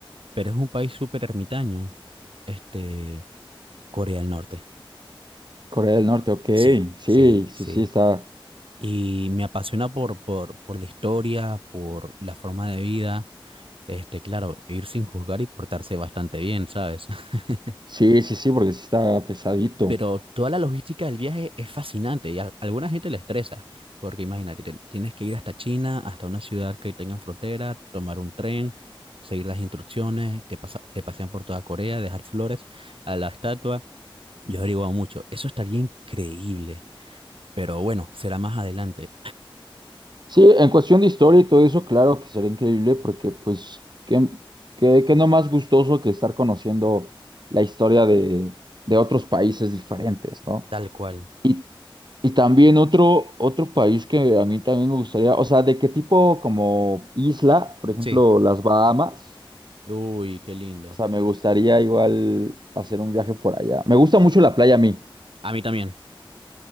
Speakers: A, on the right (about 75°); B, on the right (about 55°).
A: pero es un país súper ermitaño, este, Corea del Norte.
B: Corea del Norte, ok.
A: Sí,
B: Sí,
A: sí,
B: sí,
A: sí.
B: sí, está.
A: Y me apasiona por, por, por la historia, por la forma de vida. Este, claro, ir sin juzgar y portarse bastante bien, ¿sabes? <laughs>
B: Sí, sí, sí, porque sí está pesadito.
A: pero toda la logística del viaje es fascinante y a alguna gente le estresa, porque imagínate, te- tienes que ir hasta China, hasta una ciudad que tengan frontera, tomar un tren, seguir las instrucciones, te, pasa- te pasean por toda Corea, dejar flores a la estatua. Yo he averiguado mucho, eso estaría increíble, pero bueno, será más adelante,
B: Sí, en cuestión de historia y todo eso, claro que sería increíble porque pues, qué, qué, qué no más gustoso que estar conociendo la historia de, de otros países diferentes, ¿no?
A: tal cual.
B: Y, y también otro, otro país que a mí también me gustaría, o sea, ¿de qué tipo como isla? Por ejemplo,
A: Sí,
B: las Bahamas.
A: uy, qué lindo.
B: O sea, me gustaría igual hacer un viaje por allá. Me gusta mucho la playa a mí.
A: A mí también,